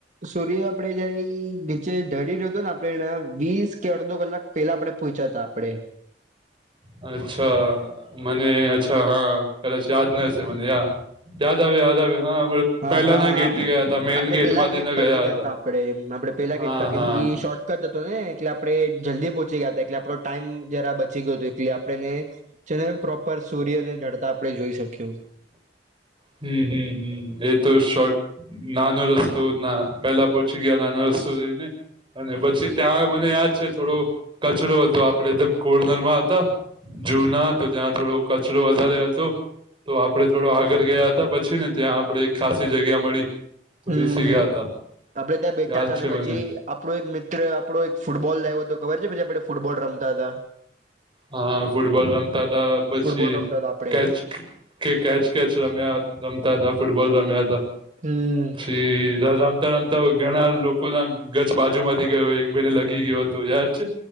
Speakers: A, on the right; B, on the right.
A: સૂર્ય આપડે જયારે નીચે ઢળી રયો તો ન આપડે એના વીસ કે અડધો કલાક પેલા આપડે પોયચા તા આપડે
B: અચ્છા મને અચ્છા હા કદાચ યાદ નથી મને યા યાદ આયવુ યાદ આયવુ હા.
A: હા
B: પેલાના
A: હા
B: ગેટથી
A: આપ-આપડે
B: ગયા હતા મેઈન
A: પેલા
B: માંથી
A: ગેટ
B: ના ગયા
A: પરથી ગયાતા
B: હતા
A: આપડે આપડે પેલા
B: હા
A: ગેટ પર
B: હા
A: કેમ કે ઈ શોર્ટ કટ હતો ને એટલે આપડે જલ્દી પહોંચી ગયા તા એટલે આપડો ટાઈમ જરા બચી ગયો તો એટલે આપડને છે ને પ્રોપર સૂર્યને ઢડતા આપડે જોઈ શકીયું
B: હમ્મ હમ્મ હમ્મ એ તો શોટ નાનો રસ્તો ના પહેલા પહોચી ગયા નાનો રસ્તો રઈને અને પછી ત્યાં મને યાદ છે થોડો કચરો હતો આપ આપડે કોર્નરમાં હતા જૂના તો ત્યાં થોડો કચરો વધારે હતો તો આપડે થોડો આગળ ગયા હતા પછી ને ત્યાં આપડે એક ખાાસી જગ્યા મળી તો
A: હમ્મ
B: બેસી ગયા હતા
A: આપડે ત્યાં બેઠા
B: યાદ
A: હતા અને
B: છે
A: પછી
B: મને
A: આપણો એક મિત્ર આપણો એક ફૂટબોલ લાવ્યો હતો ખબર છે પછી આપણે ફૂટબોલ રમતા હતા
B: હા ફૂટબોલ રમતા હતા પછી
A: ફૂટબોલ રમતા હતા આપડે
B: કેચ કે કેચ કેચ રમ્યા રમતા હતા ફૂટબોલ રમ્યા હતા.
A: હમ્મ.
B: એ રમતા રમતા હોય ઘણા લોકો ના ગજ બાજુ માંથી ગયો હોય કોને લગી ગયો હતો યાદ છે